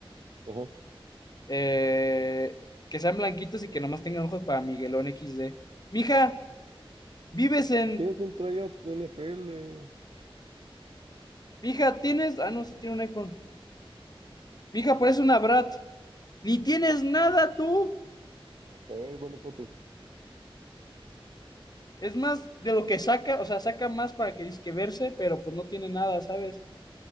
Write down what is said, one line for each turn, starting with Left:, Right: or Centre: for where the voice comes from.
Right: Ajá.
Left: Eh, que sean blanquitos y que nomás tengan ojos para Miguelón equis de. Mija, vives en...
Right: ¿Tienes un tryout de NFL?
Left: Mija, tienes... Ah, no, sí tiene un iPhone. Mija, pareces una brat. Ni tienes nada tú.
Right: A ver, manda foto.
Left: Es más de lo que saca, o sea, saca más para que disque verse, pero pues no tiene nada, ¿sabes?